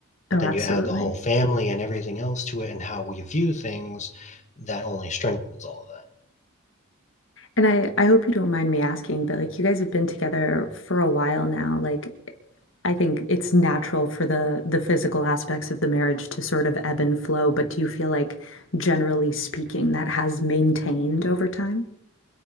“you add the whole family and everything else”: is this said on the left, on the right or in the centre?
Left